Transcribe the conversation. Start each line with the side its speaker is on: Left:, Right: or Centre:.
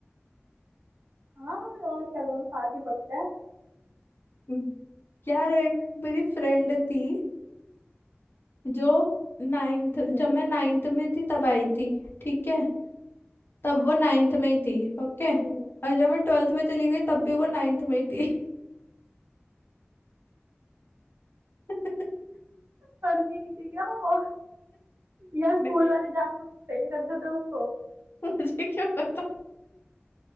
Right: हाँ और क्या दोनों साथ ही पढ़ते हैं
Left: <laughs> यार एक मेरी फ्रेंड थी जो नाइन्थ
Right: हम्म
Left: जब मैं नाइन्थ में थी तब आई थी ठीक है तब वो नाइन्थ में ही थी ओके
Right: हम्म
Left: और जब मैं ट्वेल्थ में चली गई तब भी वो नाइन्थ में ही थी <laughs>
Right: पढ़ती नहीं थी क्या वो यार स्कूल
Left: मैं-
Right: वाले जानबूझ के फेल करते थे उसको
Left: मुझे क्या पता